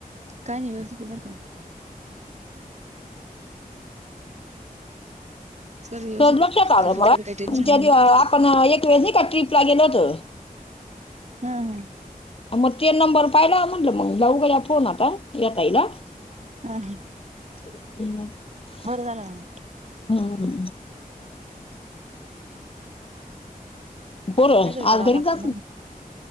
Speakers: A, on the right; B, on the left.
A: काय नाही व्यवस्थित बरका मग सर्व व्यवस्थित
B: सो लक्षात
A: आहे
B: आ
A: तब्येतीकडे
B: म
A: काही टेन्शन नाही मग
B: आपण एक वेळेस नाही का ट्रिपला गेलो होत
A: हा हा
B: मग ते नंबर पाहिला म्हटलं मग लाऊ गड्या फोन आता यां ताईला
A: हा हा
B: <inaudible>
A: बर झालं ना म
B: हम्म बरो
A: काहीतरी
B: आज
A: करावं
B: घरी
A: लागतं
B: का
A: ना मग